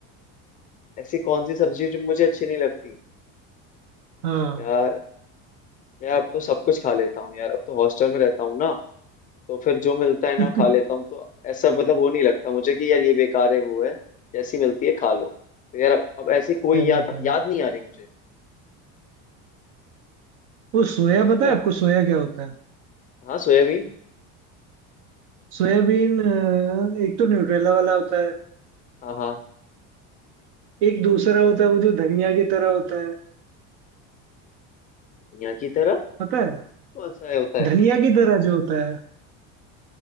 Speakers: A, on the left; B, on the right.
A: ऐसी कौन सी सब्जी है जो मुझे अच्छी नहीं लगती
B: हाँ
A: यार यार अब तो सब कुछ खा लेता हूँ यार अब तो हॉस्टल में रहता हूँ ना तो फिर जो मिलता
B: <laughs>
A: है ना
B: क्या
A: खा लेता हूँ तो ऐसा मतलब वो नहीं लगता मुझे कि यार ये बेकार है वो है जैसी मिलती है खा लो तो यार अब ऐसी कोई
B: बता
A: याद
B: रहे
A: याद
B: हैं?
A: नहीं आ रही मुझे
B: वो सोया पता
A: पता
B: है
A: है
B: आपको सोया क्या होता है
A: हाँ सोयाबीन
B: सोयाबीन अ, एक तो न्यूट्रेला वाला होता है
A: हाँ हाँ
B: एक दूसरा होता है वो जो धनिया की तरह होता है
A: धनिया की तरह
B: पता है
A: कौन सा है होता है
B: धनिया की तरह जो होता है